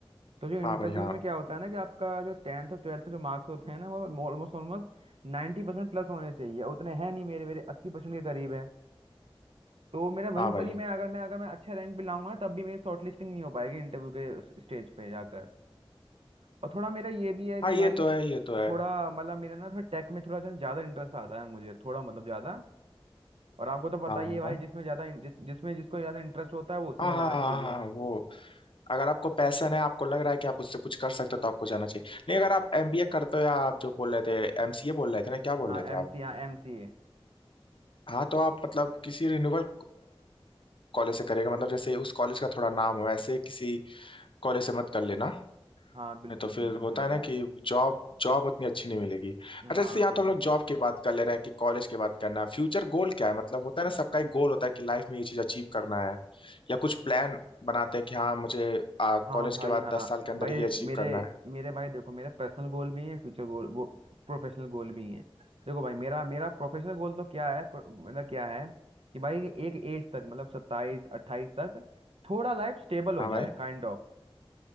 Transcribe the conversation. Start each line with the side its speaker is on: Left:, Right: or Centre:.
Right: तो जो इंटरव्यू
Left: हाँ भाई हाँ
Right: में क्या होता है ना कि आपका जो टेंथ और ट्वेल्थ का जो मार्क्स होते हैं ना वो ऑलमोस्ट ऑलमोस्ट नाइन्टी परसेंट प्लस होने चाहिए उतने हैं नहीं मेरे मेरे अस्सी परसेंट के करीब है तो मेरा वहीं
Left: हाँ भाई
Right: पर ही मैं अगर मैं अगर मैं अच्छे रैंक भी लाऊंगा ना, तब भी मेरी शॉर्ट लिस्टिंग नहीं हो पाएगी इंटरव्यू के स्टेज पे जाकर और थोड़ा मेरा ये भी है कि
Left: हाँ ये
Right: भाई
Left: तो है ये तो है
Right: थोड़ा मतलब मेरा ना थोड़ा टेक में थोड़ा जो है ज्यादा इंटरेस्ट आता है मुझे थोड़ा मतलब ज्यादा और आपको तो
Left: हाँ
Right: पता ही है भाई
Left: हाँ
Right: जिसमें ज्यादा इन- जिस जिसमें जिसको ज्यादा इंटरेस्ट होता है वो उसी
Left: हाँ
Right: में
Left: हाँ
Right: जाना
Left: हाँ
Right: चाहिए
Left: हाँ, हाँ, वो अगर आपको पैसन है आपको लग रहा है कि आप उससे कुछ कर सकते हो तो आपको जाना चाहिए नहीं अगर आप एमबीए करते हो या आप जो बोल रहे थे एमसीए बोल रहे थे ना क्या बोल
Right: हाँ
Left: रहे थे
Right: एम
Left: आप
Right: सी हाँ एम सी ए
Left: हाँ तो आप मतलब किसी रिन्यूअल कॉलेज से करिएगा मतलब जैसे उस कॉलेज का थोड़ा नाम हो ऐसे किसी कॉलेज से मत कर लेना
Right: हाँ बिल्कुल
Left: नहीं तो फिर
Right: बिल्कुल
Left: होता
Right: बिल्कुल
Left: है ना कि जॉब जॉब उतनी अच्छी नहीं मिलेगी अच्छा
Right: हाँ
Left: जैसे यहाँ
Right: बिल्कुल
Left: तो हम लोग जॉब की बात कर ले रहे हैं कि कॉलेज की बात करना है फ्यूचर गोल क्या है मतलब होता है ना सबका एक गोल होता है कि लाइफ में ये चीज अचीव करना है या कुछ प्लान बनाते हैं कि हाँ मुझे कॉलेज
Right: हाँ भाई
Left: के बाद
Right: हाँ
Left: दस साल के अंदर
Right: भाई
Left: ये अचीव
Right: मेरे
Left: करना है
Right: मेरे भाई देखो मेरे पर्सनल गोल भी हैं फ्यूचर गोल वो प्रोफेशनल गोल भी हैं देखो भाई मेरा मेरा प्रोफेशनल गोल तो क्या है प्रो- मेरा क्या है कि भाई एक एज तक मतलब सत्ताईस अट्ठाईस तक थोड़ा लाइफ स्टेबल हो
Left: हाँ
Right: जाए
Left: भाई
Right: काइंड ऑफ